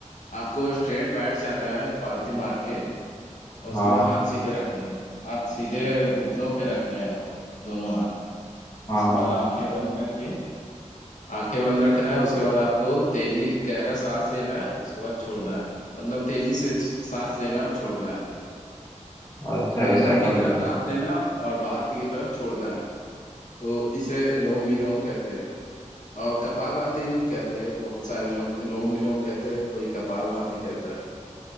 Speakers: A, on the left; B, on the left.
A: आपको स्ट्रेट बैठ जाना है पालथी मार के और
B: हाँ
A: उसके बाद हाथ सीधे रखने हैं हाथ सीधे घुटनों पे रखने हैं आपको दोनों हाथ
B: हाँ
A: उसके
B: हाँ
A: बाद आंखें बंद करके आंखें बंद रखना है उसके बाद आपको तेजी गहरा सांस लेना है उसके बाद छोड़ना है मतलब तेजी से सांस लेना और छोड़ना है
B: अच्छा
A: अंदर
B: ऐसा
A: की
B: करना
A: तरफ
B: है
A: सांस लेना और बाहर की तरफ छोड़ना है तो इसे लोम विलोम कहते हैं और कपालभाति कहते हैं बहुत सारे लोग लोम विलोम कहते हैं कोई कपालभाति कहता है